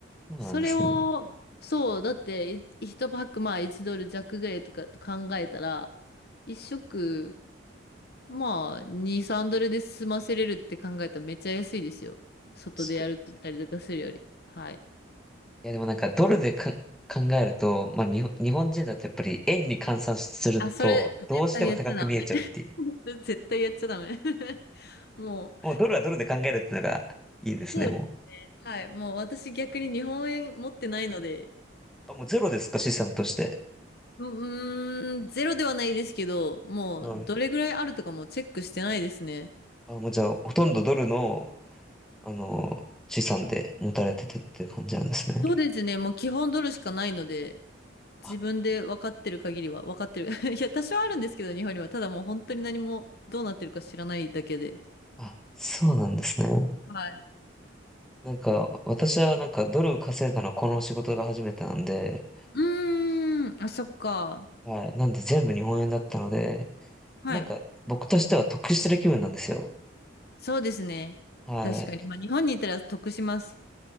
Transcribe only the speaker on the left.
それを、そう、だってい1パックまあ1ドル弱ぐらいとかと考えたら、1食まあ2、3ドルで済ませれるって考えたらめっちゃ安いですよ。外でやるったりとかするより。
はい。
あ、それ絶対やっちゃダメ。<laughs> 絶対やっちゃダメ。<laughs> も
う、そうで
す。はい。もう私逆に日本円持ってないので、
ううーん、ゼロではないですけど、もうどれぐらいあるとかもチェックしてないですね。
そうですね。もう基本ドルしかないので、自分で分かってる限りは、
分かってる。<laughs> いや、多少あるんですけど、日本には。ただもう本当に何もどうなってるか知らないだけで。
はい。
うーん、あ、そっか。
はい。
そうですね。
確かに。まあ、日本にいたら得します。